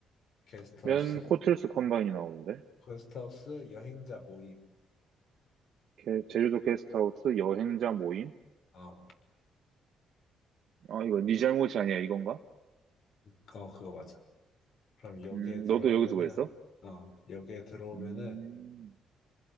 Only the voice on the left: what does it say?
게스트하우스
거스트하우스 여행자 모임.
어,
그거, 그거 맞아. 그럼 여기에
들어오면은,
어, 여기에 들어오면은